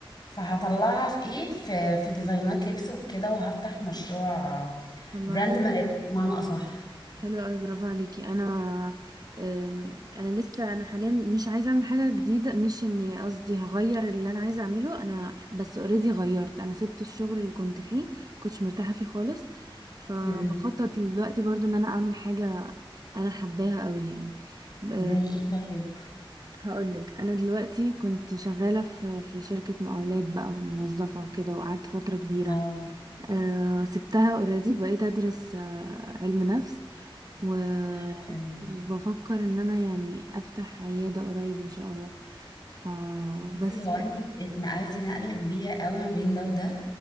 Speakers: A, on the left (about 45°); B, on the right (about 45°).
A: فهطلعها في ايه في في ديزاينات لبس وكده وهفتح مشروع
B: والله
A: براند
B: حلو
A: ملابس بمعنى اصح
B: حلو قوي برافو عليكي انا أم، انا لسه انا حاليا مش عايزه اعمل حاجه جديده مش اني قصدي هغير اللي انا عايزه اعمله انا بس اوريدي غيرت انا سبت الشغل اللي كنت فيه كنتش مرتاحه فيه خالص فبخطط
A: امم
B: دلوقتي برضو ان انا اعمل حاجه انا حباها قوي يعني أه،
A: زي ايه طيب
B: هقولك انا دلوقتي كنت شغاله في في شركه مقاولات بقى وموظفه وكده وقعدت فتره كبيره
A: اه
B: آه، سبتها اوريدي وبقيت ادرس آه، علم نفس و-
A: ايوه ايوه
B: وبفكر ان انا يعني افتح عيادة قريب ان شاء الله فبس
A: بصي هو انت اتنقلتي نقله كبيره قوي ما بين ده وده